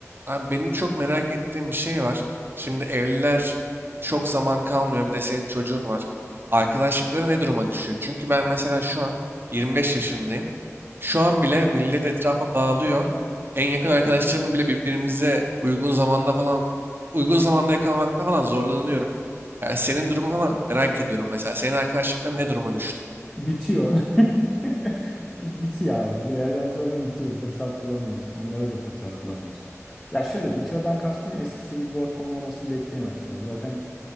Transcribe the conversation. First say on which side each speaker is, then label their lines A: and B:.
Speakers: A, on the right; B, on the left.
A: Abi benim çok merak ettiğim bir şey var. Şimdi evliler çok zaman kalmıyor. Bir de senin çocuğun var. Arkadaşlıkları ne duruma düşüyor? Çünkü ben mesela şu an 25 yaşındayım. Şu an bile millet etrafa dağılıyor. En yakın arkadaşlarımla bile birbirimize uygun zamanda falan, uygun zamanda yakalamakta falan zorlanıyorum. Yani senin durumu falan merak ediyorum mesela. Senin arkadaşlıkların ne duruma düştü?
B: Bitiyor. <laughs> Bit, bitiyor abi. Bir yerden sonra bitiyor. Fırsat bulamıyorsun. Onlara da fırsat bulamıyorsun. Ya şöyle bitiyordan kastım eskisi gibi bir ortamın olmasını bekleyemezsin. Ya zaten